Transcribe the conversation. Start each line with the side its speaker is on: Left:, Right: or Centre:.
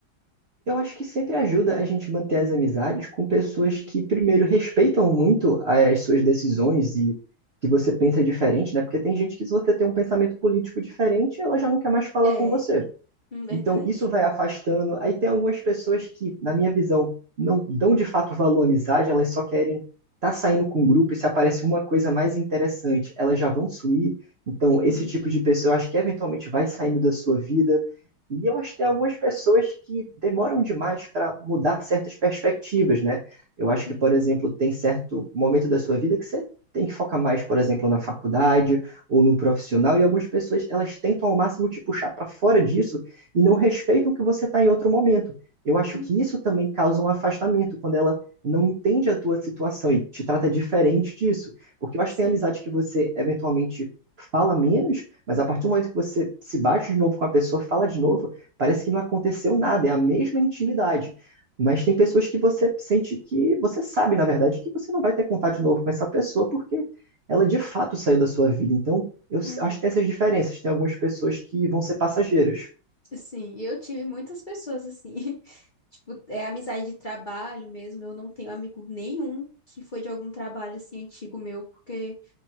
Right: Eu acho que sempre ajuda a gente manter as amizades com pessoas que, primeiro, respeitam muito as suas decisões e que você pensa diferente, né? Porque tem gente que, se você tem um pensamento político diferente, ela já não quer mais falar com
Left: É,
Right: você.
Left: hum, verdade.
Right: Então, isso vai afastando. Aí tem algumas pessoas que, na minha visão, não dão de fato valor à amizade, elas só querem estar tá saindo com o grupo e se aparece uma coisa mais interessante, elas já vão sumir. Então,
Left: Uhum,
Right: esse tipo de pessoa, eu acho que eventualmente vai saindo da sua vida. E eu acho que tem algumas pessoas que demoram demais para mudar certas perspectivas, né? Eu acho
Left: uhum,
Right: que, por exemplo, tem certo momento da sua vida que você tem que focar mais, por exemplo, na faculdade ou no profissional, e algumas pessoas elas tentam ao máximo te puxar para fora disso e não respeitam que você está em outro momento. Eu acho
Left: uhum,
Right: que isso também causa um afastamento quando ela não entende a tua situação e te trata diferente disso. Porque eu acho
Left: sim,
Right: que tem amizade que você eventualmente fala menos, mas a partir do momento que você se bate de novo com a pessoa, fala de novo, parece que não aconteceu nada, é a mesma intimidade. Mas tem pessoas que você sente que você sabe, na verdade, que você não vai ter contato de novo com essa pessoa porque ela de fato saiu da sua vida. Então, eu
Left: uhum.
Right: acho que tem essas diferenças. Tem algumas pessoas que vão ser passageiras.
Left: Sim, eu tive muitas pessoas assim, <laughs> tipo, é amizade de trabalho mesmo, eu não tenho amigo nenhum que foi de algum trabalho assim antigo meu, porque